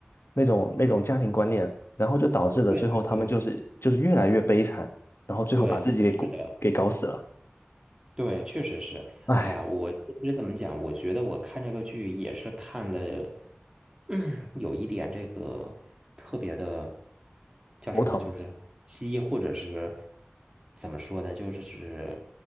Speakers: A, on the left; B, on the right.
A: 那种那种家庭观念，然后就导致了最后他们就是就是越来越悲惨，
B: 对对对
A: 然后最后把自己给搞给搞死了，
B: 对，是的。对，确实是。
A: 唉，
B: 哎呀，我其实怎么讲？我觉得我看这个剧也是看的，嗯，有一点这个特别的叫什么，
A: 头疼。
B: 就是鸡，或者是怎么说呢？就是是